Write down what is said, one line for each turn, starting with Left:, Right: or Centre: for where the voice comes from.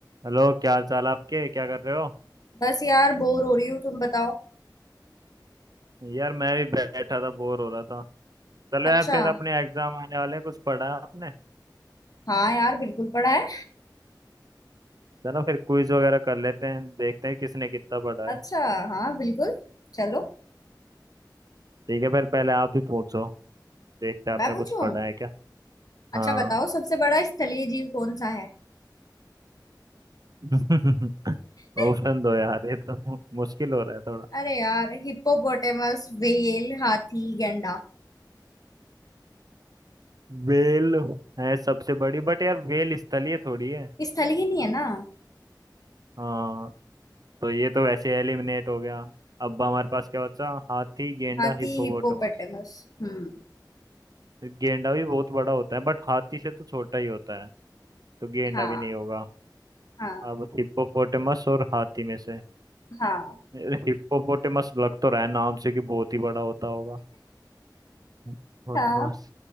Right: Hello क्या हाल चाल आपके क्या कर रहे हो
Left: बस यार बोर हो रही हूँ तुम बताओ
Right: यार मैं भी बैठा था बोर हो रहा था चलो
Left: अच्छा
Right: यार फिर अपने एग्जाम आने वाले हैं, कुछ पढ़ा है आपने
Left: हाँ यार बिल्कुल पढ़ा है
Right: चलो फिर क्विज वगैरह कर लेते हैं देखते हैं किसने कितना पढ़ा
Left: अच्छा
Right: है
Left: हाँ बिल्कुल चलो
Right: ठीक है फिर पहले आप ही पूछो देखते हैं आपने
Left: मैं
Right: कुछ
Left: पूछूं
Right: पढ़ा है क्या
Left: अच्छा
Right: हाँ
Left: बताओ सबसे बड़ा स्थलीय जीव कौन सा है
Right: <laughs> ऑप्शन
Left: <laughs>
Right: दो यार ये तो मुश्किल हो रहा है थोड़ा
Left: अरे यार हिप्पोपोटेमस व्हेल हाथी गैंडा
Right: वेल है सबसे बड़ी बट यार वेल स्थलीय थोड़ी है
Left: स्थलीय नहीं है ना
Right: हाँ तो ये तो वैसे एलिमिनेट हो गया अब हमारे पास क्या बचा हाथी गेंडा
Left: हाथी
Right: हिप्पोपोटामस
Left: हिप्पोपोटेमस हम्म
Right: गेंडा भी बहुत बड़ा होता है बट हाथी से तो छोटा ही होता है तो गेंडा
Left: हाँ
Right: भी नहीं होगा
Left: हाँ
Right: अब हिप्पोपोटेमस और हाथी में से
Left: हाँ
Right: हिप्पोपोटेमस लग तो रहा है नाम से कि बहुत ही बड़ा होता होगा हिप्पोपोटेमस
Left: हाँ